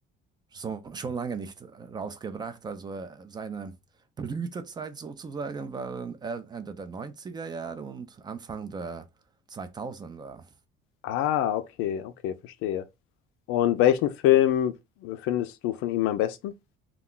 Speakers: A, on the right (about 20°); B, on the left (about 85°).
A: so, schon lange nicht äh, rausgebracht. Also äh, seine Blütezeit sozusagen waren äh, Ende der 90er Jahre und Anfang der 2000er.
B: Ah, okay, okay, verstehe. Und welchen Film findest du von ihm am besten?